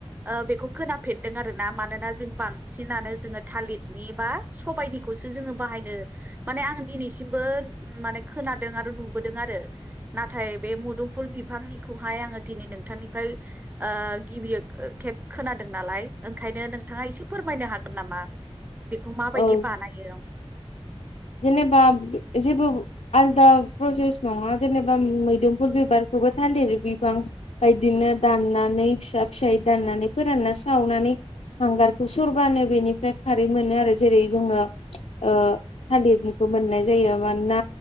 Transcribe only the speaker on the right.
ओ बेखौ खोनाफेरदों आरोना मानोना जों बां सिनानो जोङो थालिर नि एबा सबायाइनिखौसो जोङो बाहायनो माने आं दिनैसिमबो माने खोनादों आरो नुबोदों आरो नाथाय बे मुदुफुल बिफांनिखौ हाय आङो दिनै नोंथांनिफ्राय ओ ओ गिबि खेब खोनादों नालाय ओंखायनो नोंथाङा एसे फोरमायनो हागोन नामा? बेखौ माबायदि
बानायो।